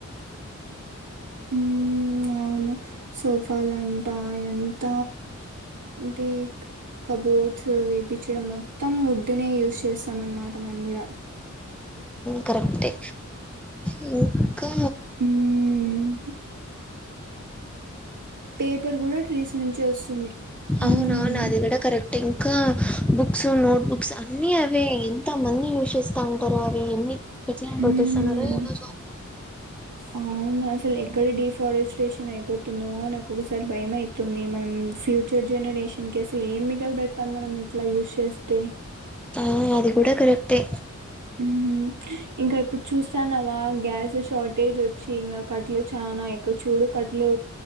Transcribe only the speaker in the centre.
కరెక్టే ఇంకా
అవునా నాది గుడా కరెక్టే ఇంకా బుక్స్ నోట్ బుక్స్ అన్నీ అవే మంది యూస్ చేస్తా ఉంటారో అవి ఎన్ని ఎట్లా కొట్టేస్తున్నారో
ఏమో
ఆ అది గూడా కరెక్టే